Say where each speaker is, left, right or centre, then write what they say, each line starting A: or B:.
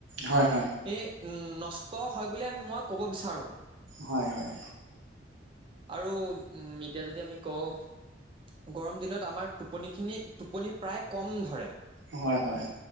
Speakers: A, on the right; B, on the right.
A: হয় হয়।
B: এই নষ্ট হয় বুলি আমি মই ক'ব বিচাৰোঁ।
A: হয় হয়।
B: আৰু উম এতিয়া যদি আমি কওঁ। গৰম দিনত আমাৰ টোপনি খিনি টোপনি প্ৰায় কম ধৰে।
A: অ হয় হয়।